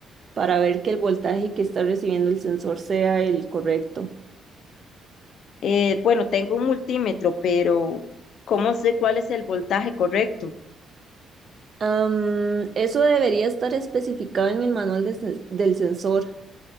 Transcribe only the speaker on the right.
para ver que el voltaje que está recibiendo el sensor sea el correcto.
Am, eso debería estar especificado en el manual de sen- del sensor.